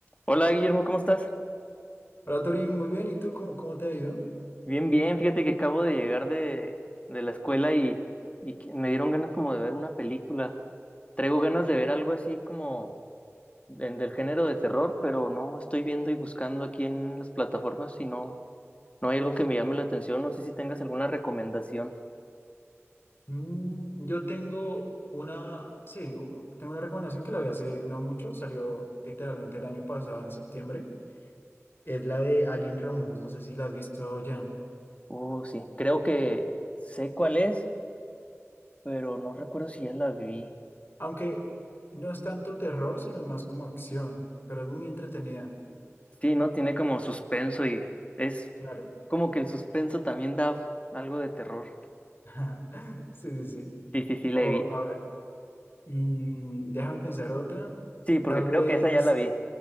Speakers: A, on the left (about 25°); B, on the left (about 45°).
A: Hola Guillermo, ¿cómo estás?
B: Hola Torín, muy bien. ¿Y tú cómo, cómo te ha ido?
A: Bien, bien, fíjate que acabo de llegar de, de la escuela y, y que me dieron ganas como de ver una película. Traigo ganas de ver algo así como en- del género de terror, pero no estoy viendo y buscando aquí en las plataformas y no, no hay algo que me llame la atención. No sé si tengas alguna recomendación.
B: Mm, yo tengo una, sí, u- tengo una recomendación que la vi hace no mucho, salió literalmente el año pasado, en septiembre. Es la de Alien Romulus, no sé si la has visto ya.
A: Oh, sí, creo que sé cuál es, pero no recuerdo si ya la vi.
B: Aunque no es tanto terror, sino es más como acción, pero es muy entretenida,
A: Sí, ¿no? Tiene como suspenso y es
B: claro.
A: como que el suspenso también da algo de terror.
B: <laughs> Sí, sí, sí.
A: Sí, sí, sí, la
B: O,
A: vi.
B: a ver, mm, déjame pensar otra.
A: Sí, porque
B: Tal
A: creo
B: vez,
A: que esa ya la vi.